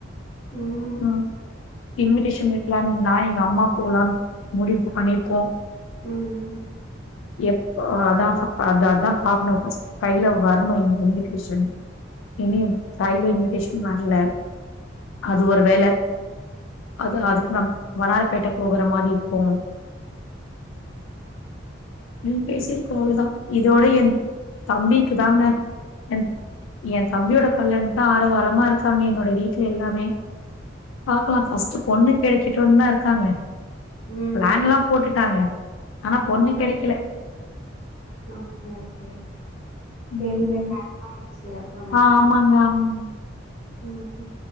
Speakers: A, on the left; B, on the left.
A: ம்
B: ம் இன்விடேஷன் வெக்கலா நா எங்க அம்மா போலான் முடிவு பண்ணிருக்கோ
A: ம்
B: எப் அதா அதாதா பாக்கணு ஃப்ர்ஸ்ட் கைல வரணு இன்வி டேஷன் இனி கைல இன்விடேஷன் வரல அது ஒரு வேல அதா அதுக்கு நம் வண்ணாரப்பேட்ட போகுற மாரி இருக்கு நம் பேசிருக்கோ அவ்ளதா இதோட ஏ தம்பிக்கு தாங்க என் ஏ தம்பியோட கல்யாணந்தா ஆர வாரமா இருக்காங்க என்னோட வீட்ல எல்லாமே பாக்கலா ஃபர்ஸ்ட் பொண்ணு கெடைக்கட்டனுதா இருக்காங்க
A: ம்
B: பிளான்லா போட்டுட்டாங்க ஆனா பொண்ணு கெடைக்கல
A: ம் ஓகே ஓகே செரிங்க
B: ம்
A: டைம் ஆயிருச்சி அப்பன்னா
B: ஆ ஆமாங்க
A: ம்
B: ஆமாங்க
A: ம் ம்